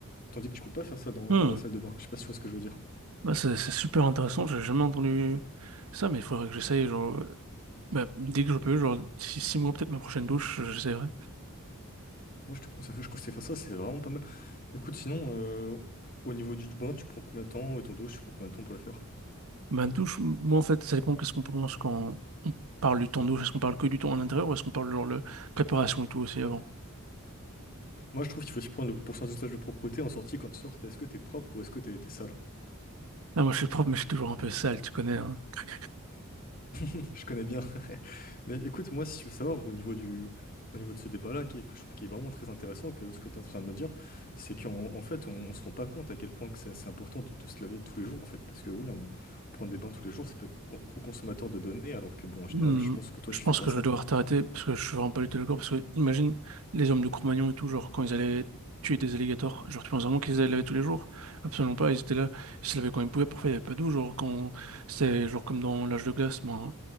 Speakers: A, on the left; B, on the right.
A: Tandis que tu peux pas faire ça dans,
B: je-
A: dans
B: Hmm.
A: la salle de bain, je sais pas si tu vois ce que je veux dire.
B: Bah, c'est c'est super intéressant, j'ai jamais entendu ça, mais il faudrait que j'essaye, genre. euh, Bah, dès que je peux, genre d'ici six mois, peut-être ma prochaine douche, j'essaierai.
A: Moi, je te conseille, je conseille de faire ça, c'est vraiment pas mal. Écoute, sinon, euh, au niveau du bain, tu prends combien de temps et ton douche, tu prends combien de temps pour la faire?
B: Ma douche, m- moi en fait, ça dépend qu'est-ce qu'on pense quand on parle du temps douche. Est-ce qu'on parle que du temps à l'intérieur ou est-ce qu'on parle genre de préparation et tout aussi avant?
A: Moi, je trouve qu'il faut aussi prendre le pourcentage de propreté en sortie quand tu sors. Est-ce que t'es propre ou est-ce que t'es t'es sale?
B: Ah, moi je suis prof, mais je suis toujours un peu sale, tu connais. hein. Cric, cric.
A: <laughs> Je connais bien. <laughs> Mais écoute, moi, si tu veux savoir, au niveau du, au niveau de ce débat-là, qui est- que je trouve qui est vraiment très intéressant, que ce que tu es en train de me dire, c'est qu'en en fait, on ne se rend pas compte à quel point que c'est c'est important de, de se laver tous les jours, en fait. Parce que oui, on, prend des bains tous les jours, ça peut être con- gros consommateur de données, alors que bon, en général,
B: Hmm,
A: je pense que toi,
B: je
A: tu
B: pense
A: fais pas
B: que
A: ça.
B: je vais devoir t'arrêter parce que je suis vraiment pas du tout d'accord. Parce que imagine les hommes de Cro-Magnon et tout, genre quand ils allaient tuer des alligators, genre tu penses vraiment qu'ils allaient les laver tous les jours? Absolument pas, ils étaient là, ils se lavaient quand ils pouvaient, parfois il n'y avait pas d'eau, genre quand c'était genre comme dans l'âge de glace, ben,